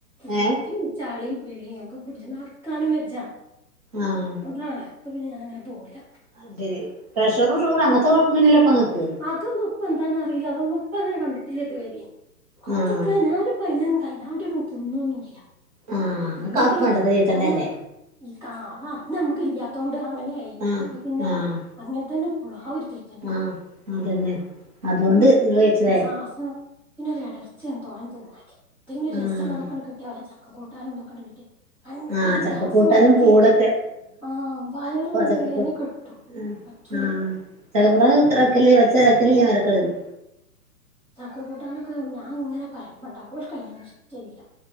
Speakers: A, in the centre; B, on the right (about 25°).
A: ഇതും
B: ഏഹ്
A: പിൻ ചളീം പിളീം ഒക്കെ പുടിച്ച് നടക്കാനും വെജ്ജാ
B: ആഹ്
A: ആഹ് അപ്പോപിന്നെ ഞാനങ്ങനെ പോവൂല്ല
B: അയ്ശെരി പ്രഷറും ഷുഗ്റും അങ്ങനത്തെ കൊഴപ്പൊന്നൂല്ല്ലൊപ്പങ്ങ്ക്ക്
A: അതൊന്നുപ്പന്താന്നറീല അതൊന്നുപ്പങ്ങനെ കണ്ടിട്ടില്ലല്തുവരെ അതൊക്കെ
B: ആഹ്
A: ഞാന് അപ്പൊയ്നെന്തായ്ന് ഞാപിട്ച്തിന്ന്വൊന്നുല്ല
B: ആഹ്
A: എക്ക് പേടിയാണ്
B: നിങ്ങക്ക് അതൊക്കെ പണ്ടത്തെ രീതി തന്നെയല്ലേ
A: കാരണം ഈ കാ ആഹ് അന്ന് നമുക്ക് ഇല്ലാത്തോണ്ട് അങ്ങനെയായി
B: ആഹ്
A: അപ്പൊ പിന്നെ
B: ആഹ്
A: അങ്ങൻതന്നെ പ്പ്ളും ആഒര്തീ
B: ആഹ് അതന്നെ അതോണ്ട് ങ്ങള്കയ്ച്ച്ലായ്
A: ആവ്സനം പിന്നെ ഒര് എടർച്ചെന്തോ ങ്ങൻത്തെന്തോണ്ട്ക്കി പിന്നെ രസൊള്ളതൊക്കണ്ട്
B: ആഹ്
A: കിട്ടിയ വല്ല ചക്ക് കൂട്ടാനൊന്ത്ക്കെണ്ട് പിൻ റ്റ് ഭയ്ങ്കര
B: ആഹ് ചക്കക്കൂട്ടാനും
A: ഗ്യാസ് മാരി‌ക്കെ
B: പൂളൊക്കെ
A: ആഹ് വയറ്ങ്ങട്
B: ഇപ്പൊ ചക്കക്കൂ
A: വേന്ന് കെട്ടും
B: ആഹ്
A: പറ്റൂല
B: ആഹ്
A: ഇപ്പൊ
B: ചക്കക്കൂട്ടാന് വെക്കല്ല്ല വെച്ചാ വെക്കല്ല്ല ആട്ക്കളേല്
A: ചക്ക കൂട്ടാനൊക്കെ ഞാൻങ്ങനെ പറയ്മ്പണ്ടാക്കും ഓൽക്കയ്നൊന്ന്ഷ്ട്ടില്ല